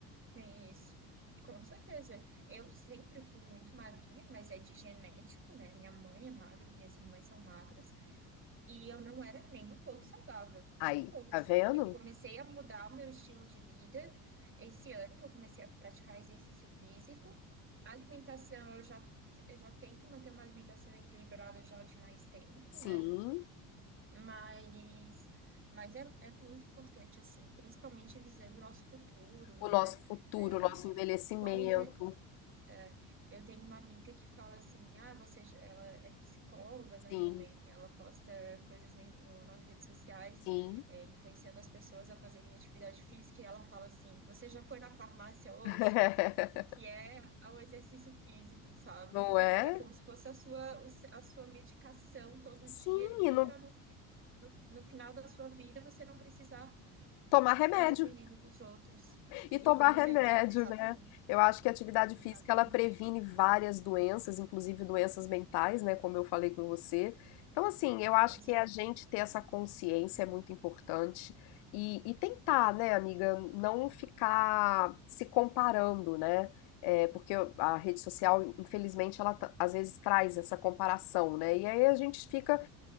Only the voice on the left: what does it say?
Aí,
tá
vendo?
Sim,
o
nosso futuro,
o nosso envelhecimento,
sim,
sim.
<laughs>
Não é?
Sim,
e não
tomar remédio.
E tomar
remédio,
né? Eu acho que a atividade
física ela previne várias doenças, inclusive doenças mentais, né? Como eu falei com você. Então, assim, eu acho
que a gente ter essa consciência é muito importante e, e tentar, né, amiga, não ficar se comparando, né? É, porque a rede social, infelizmente, ela tra- às vezes traz essa comparação, né? E aí a gente fica,